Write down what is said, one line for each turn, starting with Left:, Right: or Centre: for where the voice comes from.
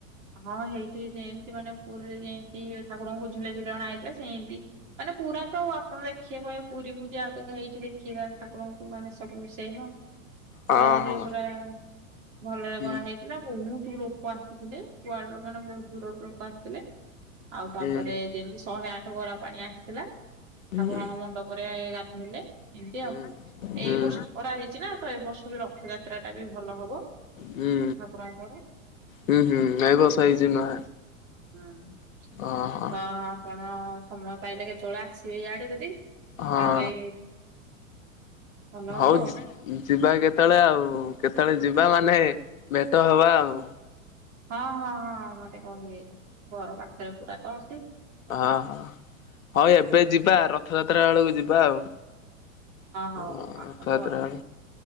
Right: ହଁ ହେଇଠି ଯେମତି ମାନେ ପୁରୀରେ ଯେମତି ଠାକୁରଙ୍କୁ ଝୁଲେଇ ଝୁଲେଇ ଅଣା ସେମିତି ମାନେ ପୁରା ତ ଆଉ ଆପଣ ଦେଖିବେ କହିବେ ପୁରୀକୁ ଯିବା ଅପେକ୍ଷା ଏଇଠି ଦେଖିବା ଠାକୁରଙ୍କୁ ମାନେ ମାନେ ସବୁ ସେମ୍ ଆଉ।
Left: ହଁ
Right: ପୁରା ହେଇଠି
Left: ହଁ
Right: ପୁରା ଭଲରେ
Left: ହୁଁ
Right: କରା ହେଇଥିଲା ବହୁତ ଲୋକ ଆସିଥିଲେ। କୁଆଡୁ ମାନେ ବହୁତ ଦୂରରୁ ଲୋକ ଆସିଥିଲେ ଆଉ ତାପରେ
Left: ହୁଁ
Right: ଯେମତି ଶହେ ଆଠ ଗରା ପାଣି ଆସିଥିଲା
Left: ହୁଁ
Right: ତାକୁ
Left: ହୁଁ।
Right: ରଙ୍ଗ ମଣ୍ଡପରେ ଗାଧେଇଲେ ଏମିତି
Left: ହୁଁ
Right: ଆଉ।
Left: ହୁଁ
Right: ଏଇ ବର୍ଷ କରା ହେଇଛି ନା ତ ଏ ବର୍ଷରୁ ରଥଯାତ୍ରା ଟା ବି ଭଲ ହବ।
Left: ହୁଁ
Right: ଠାକୁରଙ୍କର।
Left: ହୁଁ ହୁଁ। ରଥ ନୂଆ।
Right: ହୁଁ ତ
Left: ଓହୋ
Right: ଆପଣ ସମୟ ପାଇଲେ କେତେବେଳେ ଆସିବେ ଇଆଡେ ଯଦି ତାହେଲେ
Left: ହଁ
Right: ଭଲ ହବ
Left: ହଉ
Right: ଆଉ
Left: ଯି ଯିବା କେତେବେଳେ ଆଉ କେତେବେଳେ ଯିବା ମାନେ ଭେଟ ହବା ଆଉ।
Right: ହଁ ହଁ ହଁ ମତେ କହିବେ ଘର ପାଖରେ ପୁରା ତ ଅଛି।
Left: ହଁ ହଁ ହଁ ଏବେ ଯିବା ରଥଯାତ୍ରା ବେଳକୁ ଯିବା ଆଉ।
Right: ହଉ
Left: ହଁ
Right: ଆସନ୍ତୁ
Left: ରଥଯାତ୍ରା
Right: ଆଉ।